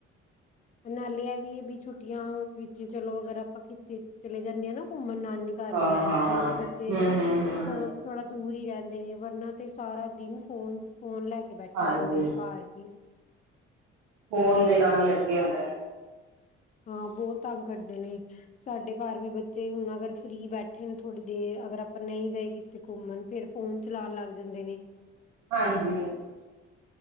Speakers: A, on the left; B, on the right.
A: ਨਾਲੇ ਐਵੀ ਏ ਬੀ ਛੁੱਟੀਆਂ ਵਿੱਚ, ਚਲੋ ਅਗਰ ਆਪਾਂ ਕਿੱਤੇ ਚਲੇ ਜਾਂਨੇ ਆਂ ਨਾ ਘੁੰਮਣ ਨਾਨੀ ਘਰ
B: ਹਾਂ
A: ਵਗੈਰਾ
B: ਹਾਂ
A: ਫੇਰ
B: ਹਾਂ
A: ਤੇ
B: ਹਮ
A: ਬੱਚੇ
B: ਹਮ ਹਮ
A: ਫੋਨ ਥੋੜਾ ਦੂਰ ਈ ਰੈਂਦੇ ਨੇ। ਵਰਨਾ ਤੇ ਸਾਰਾ ਦਿਨ ਫੋਨ ਫੋਨ ਲੈ ਕੇ ਬੈਠੇ
B: ਹਾਂਜੀ
A: ਰੈਂਦੇ ਨੇ ਘਰ ਵੀ।
B: ਫੋਨ ਦੇ ਨਾਲ ਲੱਗੇ ਹੁੰਦੇ ਨੇ।
A: ਹਾਂ, ਬੋ ਤੰਗ ਕਰਦੇ ਨੇ। ਸਾਡੇ ਘਰ ਵੀ ਬੱਚੇ ਹੁਣ ਅਗਰ ਫ੍ਰਰੀ ਬੈਠੇ ਨੇ ਥੋੜੀ ਦੇਰ ਅਗਰ ਅਪ ਨਈ ਗਏ ਤੇ ਘੁੰਮਣ ਫੇਰ ਫੋਨ ਚਲਾਨ ਲੱਗ ਜਾਂਦੇ ਨੇ।
B: ਹਾਂਜੀ।